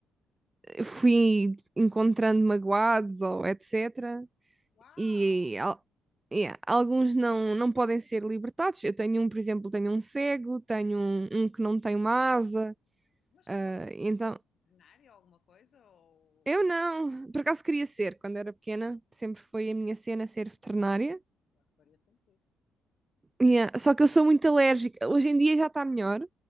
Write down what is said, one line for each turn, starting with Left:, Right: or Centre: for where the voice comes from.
Right: fui encontrando magoados ou etc.
Left: Uau!
Right: e, al- e alguns não, não podem ser libertados. Eu tenho um, por exemplo, tenho um cego, tenho um, um que não tem uma asa.
Left: Mas
Right: ah,
Left: tu és
Right: então,
Left: eh, veterinário ou alguma coisa? Ou
Right: eu não. Por acaso queria ser, quando era pequena, sempre foi a minha cena ser veterinária.
Left: eu acho que faria sentido.
Right: E, ah, só que eu sou muito alérgica. Hoje em dia já está melhor,